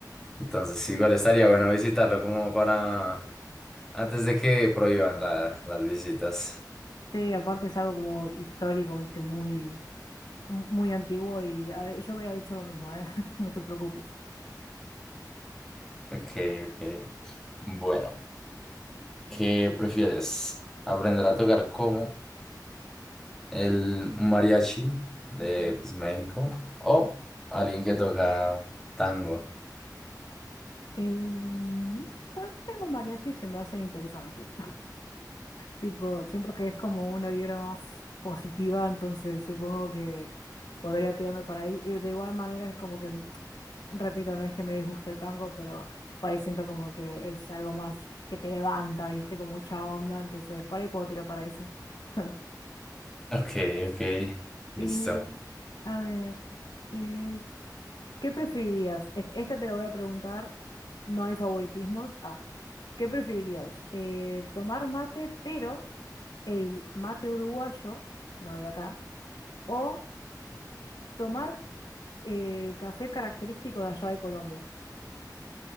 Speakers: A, in the centre; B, on the left (about 75°).
A: Entonces, igual estaría bueno visitarlo como para antes de que prohíban la- las visitas.
B: Sí, aparte es algo como histórico, viste, muy, mu- muy antiguo y ah, yo hubiera dicho lo mismo, ¿eh? <laughs> No te preocupes.
A: Ok, ok. Bueno, ¿qué prefieres? ¿Aprender a tocar como el mariachi de pues, México o alguien que toca tango?
B: Em, tengo mariachi, se me hacen interesantes. Tipo, siento que es como una vibra más positiva, entonces supongo que podría tirarme para ahí. Y de igual manera es como que, mm, repito, no es que me disgusta el tango, pero por ahí siento como que es algo más que te levanta, viste, con mucha onda, entonces por ahí puedo tirar para eso. <laughs>
A: Ok, ok. Listo.
B: Eh, a ver, eh, ¿qué preferirías? Est- Esta te lo voy a preguntar, no hay favoritismos. Ah, ¿qué preferirías? Eh, ¿tomar mate, pero... el mate uruguayo, no de acá, o tomar eh, café característico de allá de Colombia.